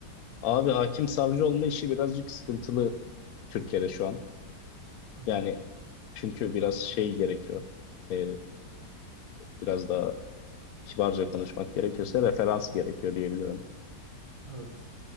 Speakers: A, on the left; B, on the right.
A: Abi hakim savcı olma işi birazcık sıkıntılı Türkiye'de şu an.
B: Hı hı.
A: Yani çünkü biraz şey gerekiyor. Ee, biraz daha kibarca konuşmak gerekirse referans gerekiyor diyebilirim.
B: Evet.